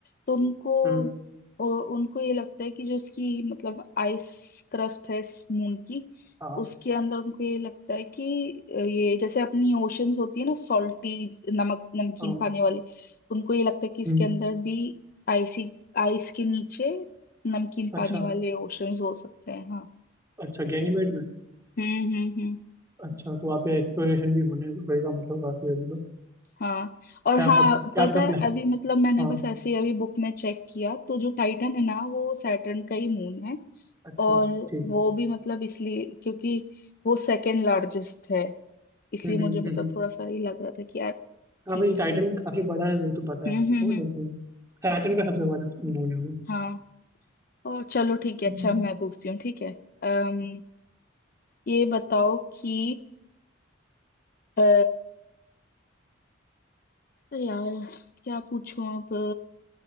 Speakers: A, on the left; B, on the right.
A: तो उनको
B: हम्म
A: अ, उनको ये लगता है कि जो इसकी मतलब आइस क्रस्ट है इस मून की
B: हाँ
A: उसके अंदर उनको ये लगता है कि अ, ये जैसे अपनी ओशंस होती है ना सॉल्टी नमक नमकीन
B: हाँ
A: पानी वाली उनको ये लगता है कि इसके
B: हम्म
A: अंदर भी आइसी आइस के नीचे नमकीन
B: अच्छा
A: पानी वाले ओशंस हो सकते हैं हाँ
B: अच्छा गैनीमेड में
A: हम्म हम्म हम्म
B: अच्छा तो वहाँ पे एक्सप्लोरेशन भी होने होएगा मतलब काफी अभी तो
A: हाँ और
B: क्या
A: हाँ
B: पता क्या
A: पता
B: पता
A: है
B: प्लान
A: अभी मतलब मैंने
B: हाँ
A: बस ऐसे ही अभी बुक में चेक किया तो जो टाइटन है ना वो सैटर्न का ही मून है
B: अच्छा
A: और
B: ठीक है
A: वो भी मतलब इसलिए क्योंकि वो सेकंड लार्जेस्ट है इसलिए
B: हम्म
A: मुझे
B: हम्म
A: मतलब
B: हम्म, हम्म।
A: थोड़ा सा ये लग रहा था कि यार
B: हाँ
A: ठीक
B: भाई
A: है
B: टाइटन
A: फिर
B: काफी बड़ा है वो तो पता
A: हम्म
B: है
A: हम्म
B: वो
A: हम्म
B: लेकिन सैटर्न का सबसे बड़ा मून है वो
A: हाँ और चलो ठीक है
B: हम्म
A: अच्छा मैं पूछती हूँ ठीक है अम ये बताओ कि अ, यार क्या पूछूं अब